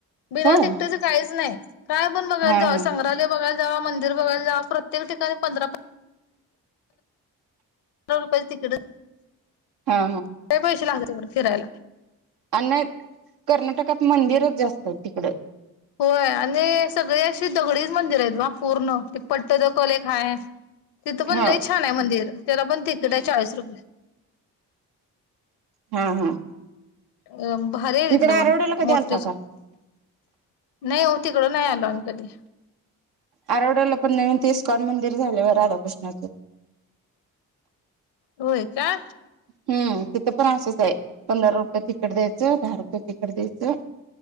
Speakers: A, on the left; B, on the right.
A: बिना
B: होय
A: तिकट्याचं काहीच नाय. काय पण बघायला
B: हा
A: जावा,
B: हा
A: संग्रहालय बघायला जावा मंदिर बघायला जावा प्रतेक ठिकाणी पंधरा रुपयाचं तिकीड <unintelligible>
B: हा
A: पैसे लागत तिकडे फिरायला.
B: अन नै कर्नाटकात मंदिरच जास्तएत तिकडं.
A: होय आणि सगळे अशी दगडीच मंदिरं हेत बा पूर्ण ते पट्ट द कल एक हाय. तिथं पण
B: हा
A: लई छाने मंदिर. त्याला पण तिकीटए
B: हम्म
A: चाळीस रुपये.
B: हा.. हा.
A: अ.. भारीये
B: इकडं
A: तिथल
B: आरवड्याला
A: पण..
B: कधी
A: मोठे
B: आलता
A: च
B: का
A: नाही.. हो. तिकडं नाही आलो.. आम्ही कधी.
B: आरड्याला पण नवीन ते इस्कॉन मंदिर झालय राधाकृष्णाच.
A: होय.. का?
B: ह्म्म.. तिथ पण असच हाय. पंधरा रुपये तिकट द्यायच दहा रुपये तिकट द्यायच.